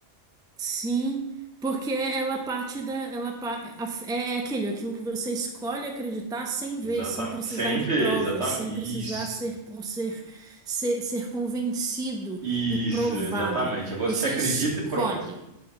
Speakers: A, in the centre; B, on the right.
A: Sim, porque ela parte da, ela pa- a- é é aquele, aquilo que você escolhe acreditar sem
B: Exatamente.
A: ver, sem precisar
B: Sem
A: de
B: ver,
A: provas,
B: exatamente.
A: sem
B: Isso.
A: precisar ser, ser, ser, ser convencido
B: Isso,
A: e provado.
B: exatamente. É Você
A: Você
B: acredita
A: escolhe.
B: e pronto.